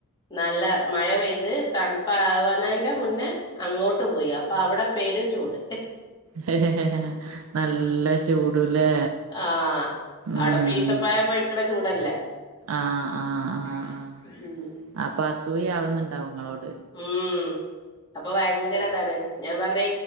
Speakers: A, on the left; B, on the right.
A: നല്ല മഴ പെയ്ത് തണുപാവാണെന്റെ മുന്നേ അങ്ങോട്ട് പോയി അപ്പൊ അവിടെ പെരും ചൂട്
B: <unintelligible> നല്ല ചൂടുല്ലേ
A: ആഹ്
B: ഉം
A: അവിടെപ്പ ഈത്തപ്പയം പഴക്കണ ചൂടല്ലേ
B: ആഹ് ആഹ് ആഹ്
A: <unintelligible>
B: ആഹ്
A: ഉം
B: അപ്പൊ അസൂയയാവുന്നുണ്ടാവും ങ്ങളോട്
A: ഉം അപ്പൊ ഭയങ്കരതാണ് ഞാൻ പറഞ്ഞ